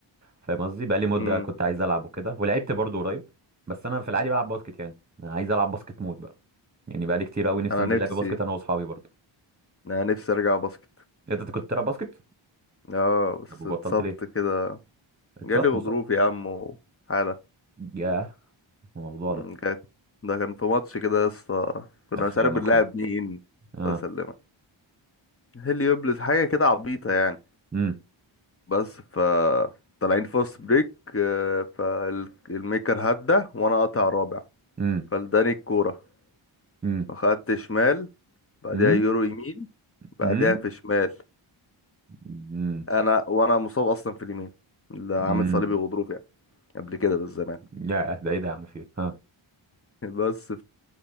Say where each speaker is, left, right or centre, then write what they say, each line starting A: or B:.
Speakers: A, on the right; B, on the left.
A: فاهم قصدي بقالي مده
B: مم.
A: كنت عايز العب وكده ولعبت برضو قريب بس انا في العادي بلعب باسكت يعني أنا عايز العب باسكت مود بقى يعني بقالي كتير قوي نفسي
B: انا
A: انزل
B: نفسي
A: لعب باسكت انا واصحابي برضو
B: انا نفسي ارجع باسكت
A: انت كنت بتلعب باسكت
B: اه بس
A: طب وبطلت
B: اتصبت
A: ليه
B: كده
A: اتصبت
B: جالي غضروف
A: مص...
B: يا عم وحالة
A: ياه الموضوع ده
B: مم، كانت- ده كان في ماتش كده يا اسطى كنا
A: الف
B: مش
A: سلامه
B: عارف بنلعب
A: يا اخويا
B: مين
A: اه
B: الله يسلمك هيليوبلس حاجة كده عبيطة يعني
A: امم
B: بس ف طالعين فاست بريك فالميكر هدى وانا قاطع رابع
A: امم
B: فلداني الكورة
A: امم
B: فخدت شمال بعدها
A: امم
B: يورو يمين بعدها
A: امم
B: في شمال
A: امم
B: انا وانا مصاب اصلا في اليمين اللي عامل
A: امم
B: صليبي غضروف يعني قبل كده بالزمان
A: ياه ده ايه ده يا عم فيه ها
B: <laughs> بس